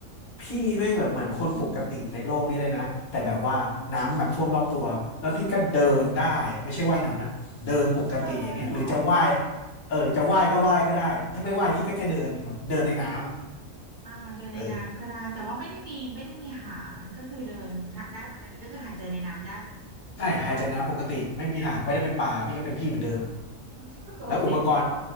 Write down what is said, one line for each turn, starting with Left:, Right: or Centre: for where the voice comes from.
Left: พี่แม่งแบบเหมือนคนปกติในโลกนี้เลยนะแต่แบบว่าน้ำแบบท่วมรอบตัวแล้วพี่ก็เดินได้อะไม่ใช่ว่ายน้ำนะเดินปกติอย่างเงี้ยหรือจะว่าย
Right: อืมอืมเดินเหรอ
Left: เออจะว่ายก็ว่ายก็ได้ถ้าไม่ว่ายพี่ก็แค่เดินแบบเดินในน้ำอ่ะ
Right: อ่าเดินในน้ำก็ได้แต่ว่าไม่ได้มีไม่ได้มีหางก็คือเดินถ้าได้ปกติก็คือหายใจในน้ำได้
Left: เออ
Right: เพียงแต่ว่า
Left: ใช่หายใจน้ำปกติไม่มีหางไม่ได้เป็นปลาพี่ก็เป็นพี่เหมือนเดิมอะ
Right: โอเค
Left: แล้วอุปกรณ์